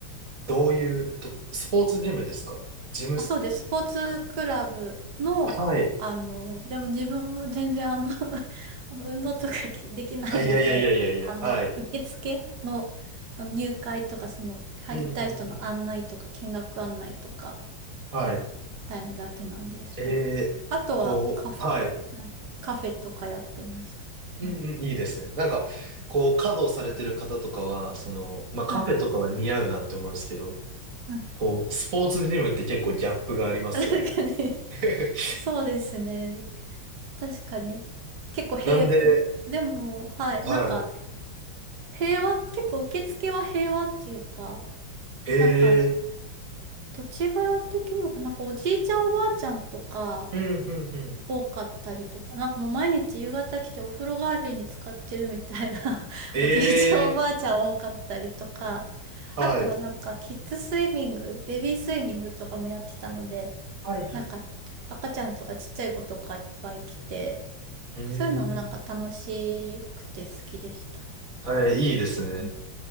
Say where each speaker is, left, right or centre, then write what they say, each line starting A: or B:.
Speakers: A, on the right; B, on the right.
A: どういうとこ、スポーツジムですかジムス、
B: あ、そうです。スポーツクラブの、
A: はい。
B: あの、でも自分は全然あの、<laughs> あの運動とかきできないので、
A: あ、いやいやいやいやいや、
B: あの、
A: はい。
B: 受付の、その入会とか、その、入りたい人の案内とか、
A: うん、うん、うん。
B: 見学案内とか、
A: はい。
B: たいのだけなんですけど。
A: えーこう、
B: あとはカフェ、
A: はい。
B: はいカフェとかやってました。
A: うん、
B: はい。
A: うん、いいですね。なんか、こう、稼働されてる方とかは、その、まあ、
B: はい。
A: カフェとかは似合うなって思うんですけど、
B: はい。
A: こう、スポーツジムって結構ギャップがありますよね。
B: <laughs> 確かに
A: <laughs>
B: そうですね。確かに。結構平、
A: なんで、
B: でも、はい。
A: はい。
B: なんか、平和、結構受付は平和っていうか、
A: えー
B: なんか、土地柄的にもかな、なんかおじいちゃんおばあちゃんとか、
A: うん、うん、うん。
B: 多かったりとか、なんかもう毎日夕方来てお風呂代わりに使ってるみたいな <laughs>
A: え
B: おじいちゃんおばあちゃん多かったりとか、
A: ーはい。
B: あとはなんかキッズスイミング、ベビースイミングとかもやってたので、
A: はい、はい。
B: なんか赤ちゃんとかちっちゃい子とかいっぱい来て、
A: うー
B: そういうのなんか楽しくて好きでした。
A: ん。はい、いいですね。
B: うん。